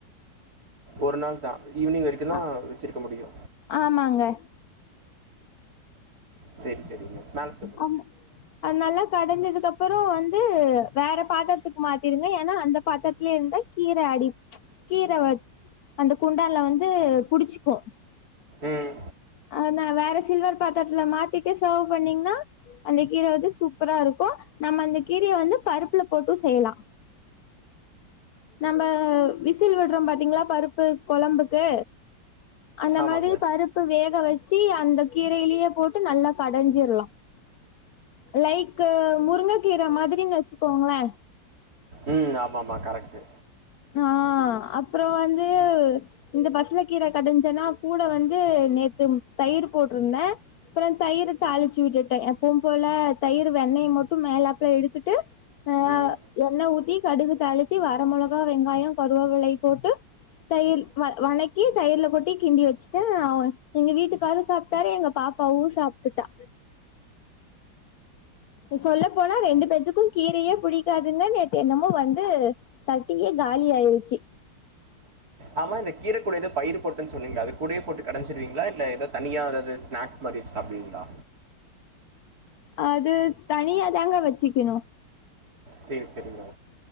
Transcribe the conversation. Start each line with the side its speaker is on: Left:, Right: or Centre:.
Right: ஒருநாள்தா ஈவ்னிங் வரைக்குதா
Left: ஆ
Right: வெச்சுருக்க முடியு
Left: ஆமாங்க
Right: சேரி சேரிங்க மேல சொல்லுங்க
Left: ஆம் அது நல்லா கடஞ்சதுக்கு அப்பறோ வந்து வேற பாத்தரத்துக்கு மாத்திருங்க ஏனா அந்த பாத்தரத்துலே இந்தா கீர அடி ம்ச் கீர வ அந்த குண்டால்ல வந்து புடிச்சுக்கு
Right: ம்
Left: அது நா வேற சி சில்வர் பாத் பாத்தர்துல மாத்திட்டு சேர்வ் பண்ணீங்ன்னா அந்த கீர வந்து சூப்பரா இருக்கு நம்ம அந்த கீரைய வந்து பருப்புல போட்டூ செய்லா நம்ப விசில் விட்றோ பாத்தீங்ளா பருப்பு கொழம்புக்கு அந்த
Right: ஆமாங்க
Left: மாதிரி பருப்பு வேக வச் சி அந்த கீரையிலே போட்டு நல்லா கடஞ்சிர்லா லைக்கு முருங்க கீர மாதிரின் வச்சுக்கோங்ளே
Right: ம் ஆமா ஆமா கரெக்ட்டு
Left: ஆ அப்றோ வந்து இந்த பசல கீர கடஞ்சன்னா கூட வந்து நேத்து தயிர் போட்ருந்தே அப்றம் தயிரு தாளிச்சு விட்டுட்ட எப்பும்போல தயிர் வெண்ணய மட்டு மேலாப்ல எடுத்துட்டு அ
Right: ம்
Left: எண்ண ஊத்தி கடுகு தாளிச்சு வர மொளக் கா வெங்காயோ கருவவிலை போட்டு தயிர் வ வணக்கி தயிர்ல கொட்டி கிண்டி வச்சுட்டு அவ எங்க வீட்டுக்காரு சாப்ட்டாரு எங்க பாப்பாவு சாப்ட்டுட்டா சொல்ல போனா ரெண்டு பேத்துக்கு கீரையே புடிக்காதுங்க நேத்து என்னமோ வந்து சட்டியே காலி ஆயிருச்சு
Right: ஆமா இந்த கீர குட எதோ பயிரு போட்டன் சொன்னீங்ளே அது கூடயே போட்டு கடஞ்சிருவீங்ளா இல்ல எதா தனியா எதாது ஸ்நேக்ஸ் மாரி வச்சு சாப்டுவீங்ளா
Left: அது தனியா தாங்க வச்சிக்குணு
Right: சேர் செரிங்க